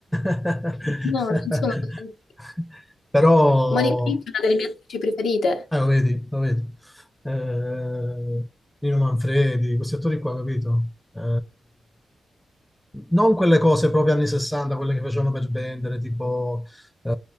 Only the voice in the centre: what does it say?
<laughs>
però
eh, lo vedi, lo vedi. Eh, Nino Manfredi, questi attori qua, capito? Eh, non quelle cose proprio anni 60, quelle che facevano per vendere, tipo eh,